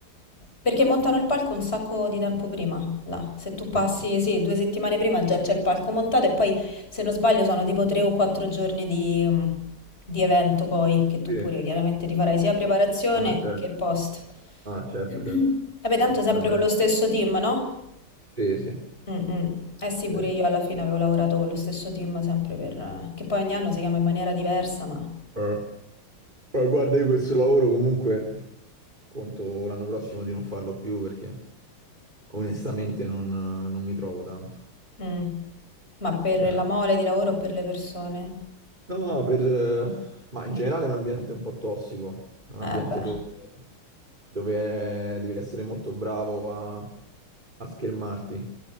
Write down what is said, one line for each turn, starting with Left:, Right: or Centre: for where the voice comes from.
Left: Perché montano il palco un sacco di tempo prima, là. Se tu passi,
Right: Sì, sì.
Left: sì, due settimane prima già c'è il palco montato e poi, se non sbaglio, sono tipo tre o quattro giorni di, mm, di evento poi, che tu
Right: Sì.
Left: pure chiaramente ti farai sia preparazione
Right: Ah, certo.
Left: che post.
Right: Ah, certo,
Left: <clears throat>
Right: certo.
Left: Vabbè, tanto sempre
Right: Beh, meglio.
Left: con lo stesso team, no?
Right: Sì, sì.
Left: Mm, mm. Eh sì,
Right: Stesso.
Left: pure io alla fine avevo lavorato con lo stesso team sempre per... che poi ogni anno si chiama in maniera diversa, ma...
Right: Eh, eh, guarda, io questo lavoro comunque. Conto l'anno prossimo di non farlo più perché onestamente non, non mi trovo tanto.
Left: mm. Ma per
Right: Cioè,
Left: la mole di lavoro o per le persone?
Right: no, per, ma in generale è un ambiente un po' tossico, è un
Left: Eh
Right: ambiente
Left: beh,
Right: dove, dove devi essere molto bravo a, a schermarti,